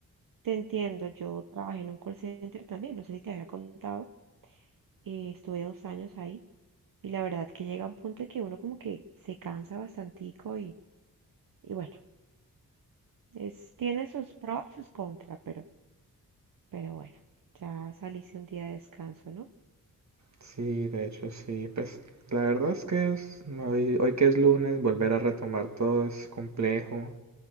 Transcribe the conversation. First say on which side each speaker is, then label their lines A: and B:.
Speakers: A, on the right; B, on the right.
A: te entiendo. Yo trabajé en un call center también, no sé si te había contado. eh, estuve dos años ahí y la verdad que llega un punto en que uno como que se cansa bastantico y, y bueno, es, tiene sus pros y sus contras, pero, pero bueno, ya saliste un día de descanso, ¿no?
B: Sí, de hecho sí, pues la verdad es que es, hoy, hoy que es lunes, volver a retomar todo es complejo,